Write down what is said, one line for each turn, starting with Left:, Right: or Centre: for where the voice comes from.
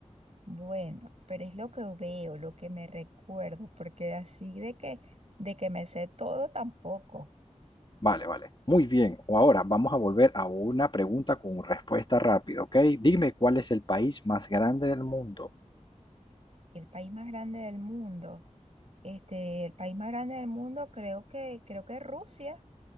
Right: Bueno, pero es lo que veo, lo que me recuerdo, porque así de que, de que me sé todo tampoco.
Left: Vale, vale. Muy bien. O ahora vamos a volver a una pregunta con respuesta rápida, ¿ok? Dime cuál es el país más grande del mundo.
Right: El país más grande del mundo, este, el país más grande del mundo creo que, creo que es Rusia.